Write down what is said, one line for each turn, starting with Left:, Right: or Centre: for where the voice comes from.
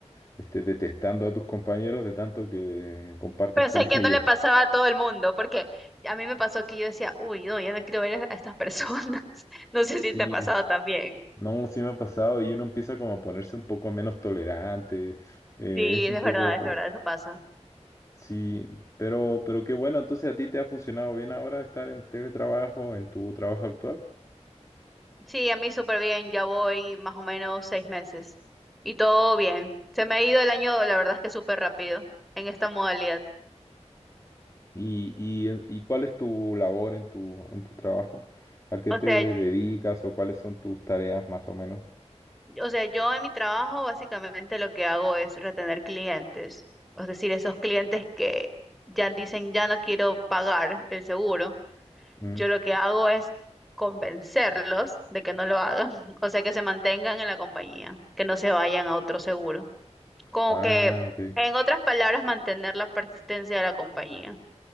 Left: este, detestando a tus compañeros de tanto que compartes
Centre: Pensé
Left: con <laughs>
Centre: que
Left: ellos.
Centre: no le pasaba a todo el mundo, porque a mí me pasó que yo decía, uy, no, ya no quiero ver a estas personas. <laughs> No sé si
Left: Sí,
Centre: te ha pasado también.
Left: no, sí me ha pasado y uno empieza como a ponerse un poco menos tolerante, eh,
Centre: Sí,
Left: es
Centre: es
Left: un poco,
Centre: verdad, es verdad, eso pasa.
Left: Sí, pero, pero qué bueno, entonces a ti te ha funcionado bien ahora estar en teletrabajo, en tu trabajo actual.
Centre: Sí, a mí súper bien, ya voy más o menos seis meses. Y todo bien. Se me ha ido el año, la verdad es que súper rápido en esta modalidad.
Left: ¿Y, y, y cuál es tu labor en tu, en tu trabajo? ¿A qué
Centre: O
Left: te
Centre: sea,
Left: dedicas o cuáles son tus tareas más o menos?
Centre: o sea, yo en mi trabajo básicamente lo que hago es retener clientes. Es decir, esos clientes que ya dicen, ya no quiero pagar el seguro.
Left: Mm,
Centre: Yo lo que hago es convencerlos de que no lo hagan, <laughs> o sea, que se mantengan en la compañía, que no se vayan a otro seguro. Como
Left: Ah,
Centre: que,
Left: ok.
Centre: en otras palabras, mantener la persistencia de la compañía.